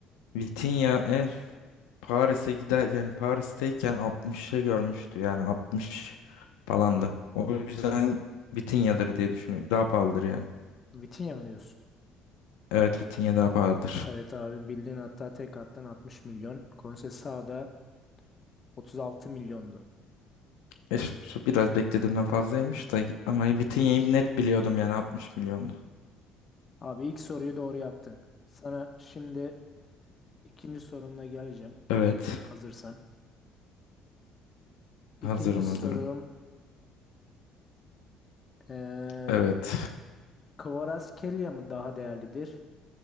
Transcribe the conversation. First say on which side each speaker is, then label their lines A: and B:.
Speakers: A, on the left; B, on the left.
A: Vitinha en Paris'e gider yani Paris'teyken 60'ı görmüştü. Yani 60 falandı. O yüzden Vitinha'dır diye düşünüyorum. Daha pahalıdır yani.
B: Vitinha mı diyorsun?
A: Evet Vitinha daha pahalıdır.
B: Evet abi bildin hatta tek attan 60 milyon. Konsesua da 36 milyondu.
A: E, su biraz beklediğimden fazlaymış da ama Vitinha'yı net biliyordum yani 60 milyondu.
B: Abi ilk soruyu doğru yaptın. Sana şimdi ikinci sorumla geleceğim.
A: Evet.
B: Hazırsan. İkinci
A: Hazırım
B: sorum.
A: hazırım.
B: eee
A: Evet.
B: Kvaratskhelia mı daha değerlidir?